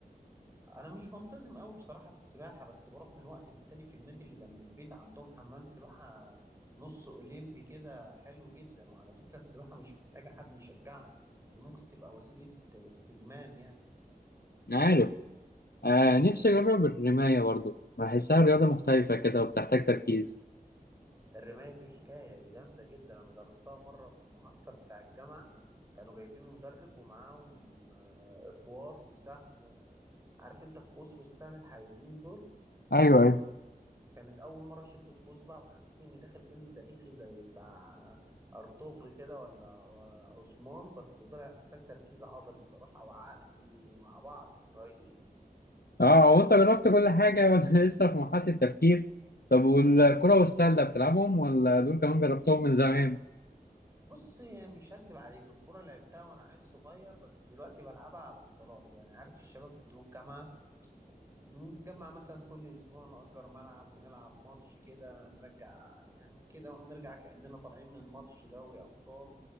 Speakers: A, on the right; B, on the left.
A: انا مش بنتظم قوي بصراحه في السباحه بس بروح من وقت للتاني في النادي اللي جنب البيت عندهم حمام سباحه نص اولمبي كده حلو جدا وعلى فكره السباحه مش محتاجه حد يشجعك دي ممكن تبقى وسيله استجمام يعني
B: عارف آه نفسي اجرب الرمايه برضو بحسها رياضه مختلفه كده وبتحتاج تركيز
A: الرمايه دي حكايه دي جامده جدا انا جربتها مره في المعسكر بتاع الجامعه كانوا جايبين مدرب ومعاهم آه، اقواس وسهم و- عارف انت القوس والسهم الحقيقيين دول
B: ايوه ايوه
A: كانت أول مرة أشد القوس بقى وحسيت إني داخل فيلم تاريخي زي بتاع أرطغرل كده ولا عثمان بس طلع محتاج تركيز عضلي بصراحة وعقلي مع بعض رهيب
B: اه هو انت جربت كل حاجه وانا <laughs> لسه في مرحله التفكير طب والكره والسله بتلعبهم ولا دول كمان جربتهم من زمان
A: بص مش هكدب عليك الكورة لعبتها وأنا عيل صغير بس دلوقتي بلعبها على فترات يعني عارف الشباب بتوع الجامعة نتجمع مثلا كل اسبوع نأجر ملعب ونلعب ماتش كده نرجع يعني كده ونرجع كأننا طالعين من ماتش دوري ابطال